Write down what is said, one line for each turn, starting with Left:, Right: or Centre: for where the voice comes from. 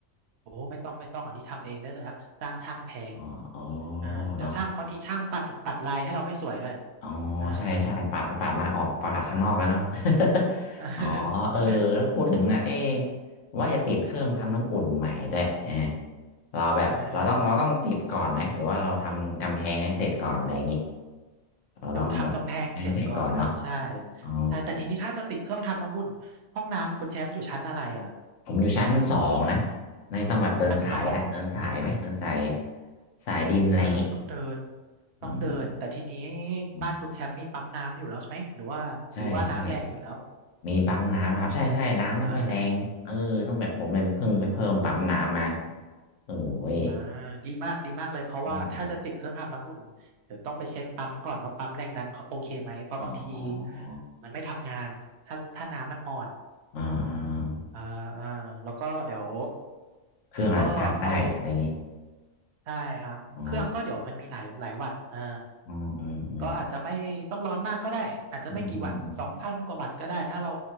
Right: โอ้ไม่ต้องไม่ต้องอันนี้ทำเองได้เลยครับจ้างช่างแพง
Left: อ๋ออ๋อ
Right: อ่าเดี๋ยวช่างบางทีช่างปัดปัดลายให้เราไม่สวยด้วย
Left: เนาะ อ๋อใช่ใช่ปาดไปปาดมาออกปาดข้างนอกแล้วเนาะ
Right: เออ
Left: <laughs>
Right: <laughs>
Left: อ๋อเออแล้วพูดถึงน่ะเอ๊ะว่าจะติดเครื่องทำน้ำอุ่นใหม่ด้วยเออเราแบบเราต้องเราต้องติดก่อนไหมหรือว่าเราทำกำแพงให้เสร็จก่อนอะไรอย่างงี้
Right: อ่า
Left: เราต้องแบบให้เสร็จก่อนเนาะ
Right: เดี๋ยวทำกำแพงเสร็จก่อนครับใช่
Left: อ๋อ
Right: ใช่แต่ทีนี้ถ้าจะติดเครื่องทำน้ำบุ่นห้องน้ำคุณแชมป์อยู่ชั้นอะไรอ่ะ
Left: ผมอยู่ชั้นสองนะไม่ต้องแบบเดินสายนะเดินสายไหมเดินสาย
Right: ชั้นสอง
Left: สายดินอะไรอย่างงี้
Right: อ่าต้องเดิน
Left: อ๋
Right: ต้องเดินแต่ทีนี้
Left: อ
Right: บ้านคุณแชมป์มีปั๊มน้ำอยู่แล้วใช่ไหมหรือว่าหรือว่าน้ำแรงอยู่แล้ว
Left: ใช่ใช่มีปั๊มน้ำครับใช่ใช่น้ำไม่ค่อยแรงเออต้องแบบผมเลยเพิ่งไปเพิ่มปั๊มน้ำมา
Right: อ่าโอ้
Left: เออว้ย
Right: อ่าดีมากดีมากเลยเพราะว่าถ้าจะติดเครื่องทำน้ำอุ่นเดี๋ยวต้องไปเช็คปั๊มก่อนว่าปั๊มแรงดันเขาโอเคไหมเพราะบางที
Left: อืมอ๋อ
Right: มันไม่ทำงานถ้าถ้าน้ำมันอ่อน
Left: อ่า
Right: อ่าอ่าแล้วก็เดี๋ยว
Left: เครื่องอาจจะพังได้อะไรอย่างงี้
Right: ก็เอาได้ครับเครื่องก็เดี๋ยวมันมีหลายหลายวัตต์อ่า
Left: อ๋ออืมอืมอืม
Right: ก็อาจจะไม่ต้องร้อนมากก็ได้อาจจะไม่กี่วัตต์สองพันกว่าวัตต์ก็ได้ถ้าเรา
Left: อืมอืมอืม